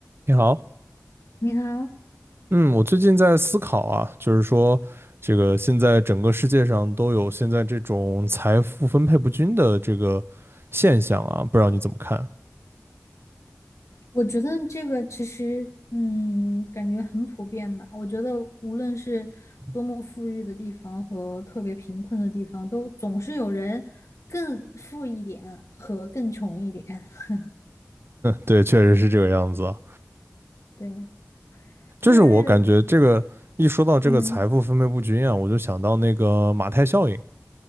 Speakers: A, on the right; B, on the left.
A: 你好，
B: 你好，
A: 嗯，我最近在思考啊，就是说，这个现在整个世界上都有现在这种财富分配不均的这个现象啊，不知道你怎么看？
B: 我觉得这个其实，嗯，感觉很普遍吧。我觉得无论是多么富裕的地方和特别贫困的地方，
A: <laughs>
B: 都总是有人更富一点和更穷一点。<laughs>
A: 对，确实是这个样子啊。
B: 对，
A: 就是我感觉这个一说到这个财富分配不均啊，
B: 就是，嗯
A: 我就想到那个马太效应。